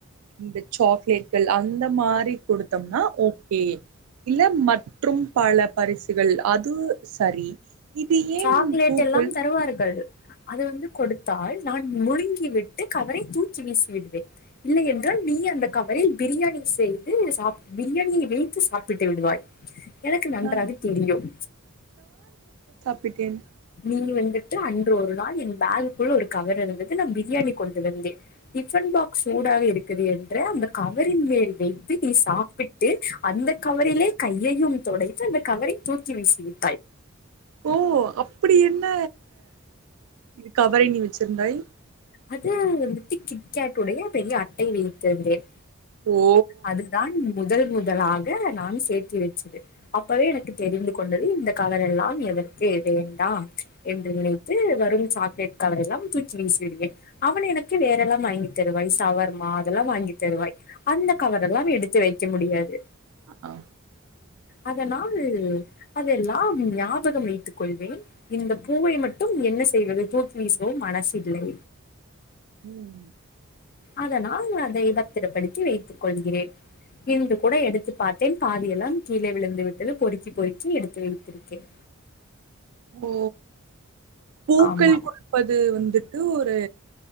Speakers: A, on the right (about 85°); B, on the left (about 40°).
A: இந்த சாக்லேட்கள் அந்த மாரி குடுத்தோம்னா ஓகே இல்ல மற்றும் பல பரிசுகள் அது சரி இது ஏன்
B: சாக்லேட்
A: பூக்கள்
B: எல்லாம் தருவார்கள் அத வந்து கொடுத்தால் நான் முழுங்கி விட்டு கவரை தூக்கி வீசி விடுவேன் இல்லை என்றால் நீ அந்த கவரில் பிரியாணி செய்து சாப் பிரியாணியை வைத்து சாப்பிட்டு விடுவாய் எனக்கு நன்றாக
A: நா
B: தெரியும்
A: பிட்டேன்
B: நீ வந்துட்டு அன்று ஒரு நாள் என் பேகுக்குள் ஒரு கவர் இருந்தது நான் பிரியாணி கொண்டு வந்தேன் டிபன் பாக்ஸ் சூடாக இருக்குது என்று அந்த கவரின் மேல் வைத்து நீ சாப்பிட்டு அந்த கவரிலே கையயும் தொடைத் து அந்த கவரை தூக்கி வீசி விட்
A: ஓ அப்டி என்ன இது கவரை நீ வச்சிருந்தாய்
B: அது வந்துட்டு கிக்கேட் உடையே பெரிய அட்டை வைத்திருந்தேன்
A: ஓ!
B: அதுதான் முதல் முத தலாக நான் சேர்த்தி வச்சிருந்து அப்பவே எனக்கு தெரிந்து கொண்டது இந்த கவர் எல்லா எதற்கு வேண்டாம் என்று நினைத்து வரும் சாக்லேட் கவர் எல்லா தூச்சி வீசி விடுவேன்ன அவன் எனக்கு வேற எல்லா வாங்கி தருவாய் சவர்மா அதெல்லா வாங்கி தருவாய் அந்த கவர் எல்லா எடுத்து வைக்க முடியாது
A: ஆ.
B: அதனால் அதெல்லா ஞாபகம் வைத்துக் கொள்வேன் இந்த பூவை மட்டும் என்ன செய்வது தூக்கி வீசவும் மனசில்லை
A: ம்
B: அதனால் அதை பத்திரப்படுத்தி வைத்துக் கொள்கிறேன் இன்று கூட எடுத்து பார்த்தேன் பாதியெல்லா கீழே விழுந்து விட்டது பொறுக்கி பொறுக்கி எடுத்து வைத்திருக்கேன்
A: ஓ பூக்கள்
B: ஆமாம்
A: குடுப்பது வந்து து ஒரு